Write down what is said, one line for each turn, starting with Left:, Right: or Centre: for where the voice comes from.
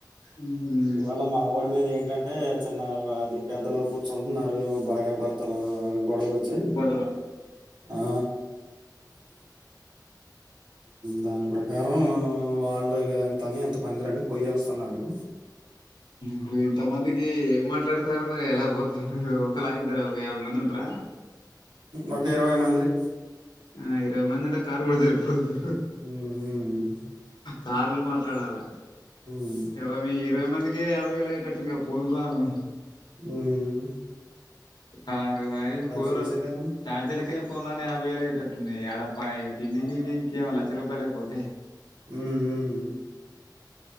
Left: ఉమ్,
Right: ఇవాళ మా వోడి మీద ఏంటంటే చిన్న అది పెద్దలు కూర్చుంటున్నారు భార్యాభర్తలు గోడవొచ్చి
Left: గొడవ
Right: ఆ దాని ప్రకారం వాళ్ళు ఇగ ఇంతని అంత మందిర అన్ని పోయే వస్తున్నారు
Left: నువ్ ఇంత మంది ఇ ఏం మాట్లాడుతారు మరి ఎలా పోతారు ఒకలా ఇద్దరా ఒక యాభై మంది ఉంటర
Right: ఒక ఇరవై మందిరి
Left: ఆ ఇరవై మంది అంటే కార్ కూడా జర్పోదు
Right: హ్మ్. హ్మ్.
Left: కార్లు మాట్లాడాలా
Right: హ్మ్.
Left: ఎవ మీ ఇరవై మందికే యాభై వేలాయ్యేటట్టుంది గ పోను రాను
Right: ఉమ్
Left: ఆరు ఐదు కూరలు
Right: చేసేదేముంది.
Left: చార్జీలకే పోన్ రాను అని యాభై వేలేయ్యటట్టున్నాయి ఏడప్ప ఇగ తిండి గిండి ఇంకేమ లచ్చ రూపాయలయిపోతయి
Right: ఉమ్